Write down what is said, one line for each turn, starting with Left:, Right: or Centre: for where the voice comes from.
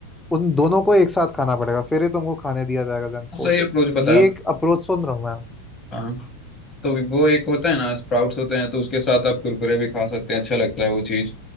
Centre: उन दोनों को एक साथ खाना पड़ेगा फिर ही तुमको खाने दिया जाएगा जंक फूड
Left: सही अप्रोच बताया
Centre: ये एक अप्रोच सुन रहा हूँ मैं
Left: हाँ तो वो एक होता है ना स्प्राउट्स होते हैं तो उसके साथ आप कुरकुरे भी खा सकते हैं अच्छा लगता है वो चीज़